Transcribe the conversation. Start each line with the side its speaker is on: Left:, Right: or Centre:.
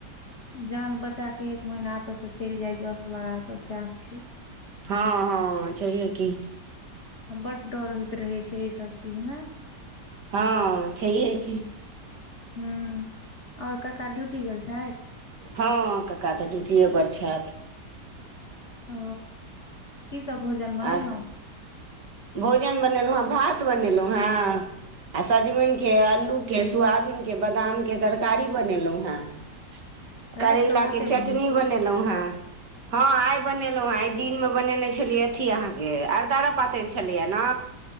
Left: जान बचा के एक महिना एत से चइल जाय जस लगा क सेह छै
Right: हँ हँ छैहे की
Left: बड डर होइत रहे छै ई सब चीज म
Right: हँ छै की
Left: ह और कका ड्यूटी गेल छैथ
Right: हँ कक्का तऽ ड्यूटीते पर छैथ
Left: ओ की सब भोजन बनेलो
Right: आर भोजन बनेलो हेँ भात बनेलो हेँ आ सजमनिे के आलू के सोयाबीनक के बादाम के तरकारी बनेलहुं हें
Left: <inaudible>
Right: करैला
Left: भाते
Right: के चटनी
Left: बनबै छी
Right: बनेलहुं हें हँ आइ बनेलहुँ हेँ आइ दी मे बनेने छलियै अथी अहाँके अरदारा पातरि छलैया ने